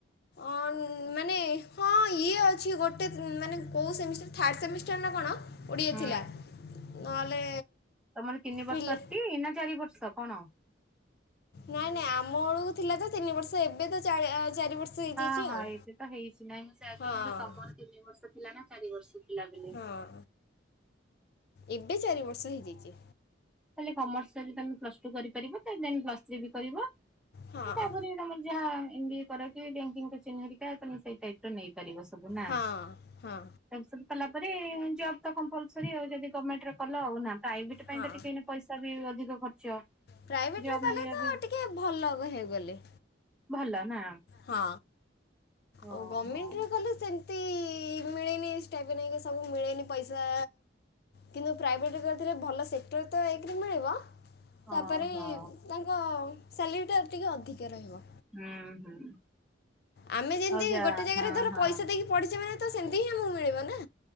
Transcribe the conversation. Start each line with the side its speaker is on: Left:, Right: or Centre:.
Left: ଅଁ ମାନେ ହଁ ଇଏ ଅଛି ଗୋଟେ ମାନେ କୋଉ ସେମିଷ୍ଟାର୍ ଥାର୍ଡ ସେମିଷ୍ଟାର ନା କଣ? ଓଡ଼ିଏ
Centre: ହୁଁ
Left: ଥିଲା ନହେଲେ
Centre: ତମର ତିନି ବର୍ଷଟି
Left: ପିଲେ
Centre: ନା ଚାରି ବର୍ଷ କଣ?
Left: ନାଇଁ ନାଇଁ ଆମ ବେଳକୁ ଥିଲା ତ ତିନି ବର୍ଷ ଏବେ ତ ଚାରି ଚାରି ବର୍ଷ ହେଇଯାଇଛି
Centre: ହଁ ହଁ
Left: ଆଉ
Centre: ଏବେ ତ ହେଇଛି ନାଇଁ ମୁଁ ସେଇୟା
Left: ହଁ
Centre: କହିଲି ତମର ତିନି ବର୍ଷ ଥିଲା ନା ଚାରି ବର୍ଷ ଥିଲା ବୋଲି
Left: ହଁ ଏବେ ଚାରି ବର୍ଷ ହେଇଯାଇଛି
Centre: କମର୍ସରେ ତମେ ପ୍ଲସ୍ ଟୁ କରିପାରିବେ ଦେନ୍ ପ୍ଲସ୍ ଥ୍ରୀ ବି କରିବ
Left: ହଁ
Centre: ତାପରେ ତମର ଯାହା ଏମ୍ ବିଏ କରି କି ବେଙ୍କ୍କିଙ୍ଗ୍ କୋଚିଙ୍ଗ୍ ହେରିକା ତମେ ସେଇ ଟାଇପର ନେଇ ପାରିବ। ପାରିବ ସବୁ ନା
Left: ହଁ
Centre: <unintelligible>
Left: ହଁ
Centre: ତା ସ ମାନେ ଜବ ତ କମ୍ପଲସରି ଆଉ ଯଦି ଗମେଣ୍ଟରେ କଲ ଆଉ ନା ପ୍ରାଇଭେଟ ପାଇଁ
Left: ହଁ
Centre: ତ ଟିକେ ସେଟାବି ଅଧିକ ଖର୍ଚ୍ଚ
Left: ପ୍ରାଇଭେଟରେ
Centre: ଜବ୍
Left: କଲେ
Centre: ମିଳିବା
Left: ତ
Centre: ବି
Left: ଟିକେ ଭଲ ହେଇଗଲେ
Centre: ଭଲ ନା
Left: ହଁ
Centre: ଓହୋ।
Left: ଆଉ ଗମେଣ୍ଟ୍ କଲେ ସେମତି ମିଳି ମିଳେନି ସ୍ଟାାଇପେନ୍ ହେଇକି ସବୁ ମିଳେନି ପଇସା କିନ୍ତୁ ପ୍ରାଇଭେଟ୍ କରିଥିଲେ ଭଲ ସେକ୍ଟର ତ ଏକ୍ ରେ ମିଳିବ ତାପରେ
Centre: ଓହୋ
Left: ତାଙ୍କ ସାଲେରୀ ଟା ଟିକେ ଅଧିକ ରହିବ।
Centre: ହୁଁ ହୁଁ।
Left: ଆମେ ଯେମିତି
Centre: ହଉ ଯା
Left: ଗୋଟେ ଜାଗାରେ
Centre: ହଁ
Left: ଧର
Centre: ହଁ
Left: ପଇସା ଦେଇକି ପଢ଼ିଛେ ମାନେ ତ ସେମିତି ହିଁ ଆମକୁ ମିଳିବ ନା